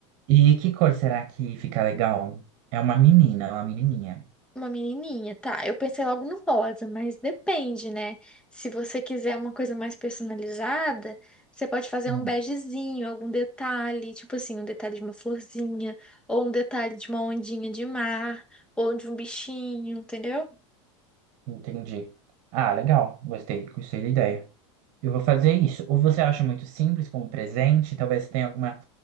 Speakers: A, on the right; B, in the centre.
A: E que cor será que fica legal? É uma menina, é uma menininha.
B: Uma menininha, tá. Eu pensei logo no rosa, mas depende, né? Se você quiser uma coisa mais personalizada, você pode fazer
A: Hum,
B: um begezinho, algum detalhe, tipo assim, um detalhe de uma florzinha, ou um detalhe de uma ondinha de mar, ou de um bichinho, entendeu?
A: entendi. Ah, legal. Gostei, gostei da ideia. Eu vou fazer isso. Ou você acha muito simples como presente? Talvez tenha alguma